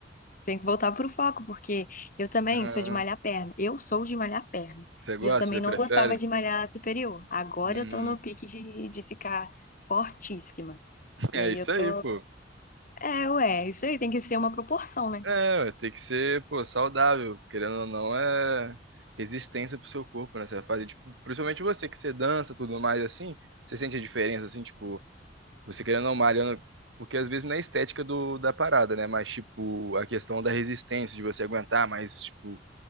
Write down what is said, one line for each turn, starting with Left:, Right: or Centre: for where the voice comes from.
Left: Tem que voltar pro foco, porque eu também
Right: ah,
Left: sou de malhar perna. Eu sou de malhar perna.
Right: você gosta?
Left: E eu também
Right: Você prefere?
Left: não gostava de malhar superior. Agora
Right: Hum,
Left: eu tô no pique de, de ficar fortíssima.
Right: é
Left: E aí
Right: isso
Left: eu tô.
Right: aí, pô.
Left: É, ué, isso aí tem que ser uma proporção, né?
Right: É, ué, tem que ser, pô, saudável. Querendo ou não, é resistência pro seu corpo, né? Você vai fazer, tipo, principalmente você que você dança, tudo mais assim. Você sente a diferença, assim, tipo, você querendo ou não malhando. Porque às vezes não é a estética do, da parada, né? Mas, tipo, a questão da resistência, de você aguentar mais, tipo.